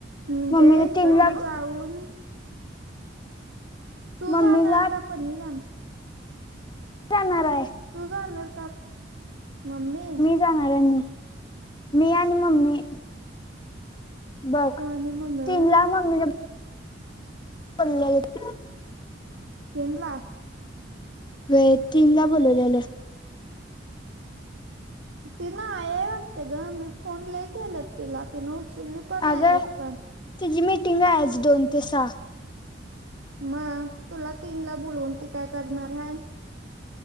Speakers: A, on the right (about 85°); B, on the left (about 25°).
A: म्हणजे
B: मम्मीने
A: हिकडं
B: तीनला
A: जावून. तू
B: मम्मीला
A: जाणार का पणी जाण
B: जाणार आहे.
A: तू जाणार का मम्मी.
B: मी जाणार ये मी. मी आणि मम्मी. बघ
A: तु आणि मम्मी
B: तीनला
A: व्हयं.
B: मम्मीने <unintelligible>
A: तेन ला.
B: व्हयं तीन ला बोलवल्याल.
A: ति नाही ये वाटते गं मी फोन लै केलेत. तिला तिनं उचली पण
B: अगं
A: नाही एक पण.
B: तिची मीटिंग आहे दोन ते सहा.
A: मग तुला तीन ला बोलवून ती काय करणार हाय.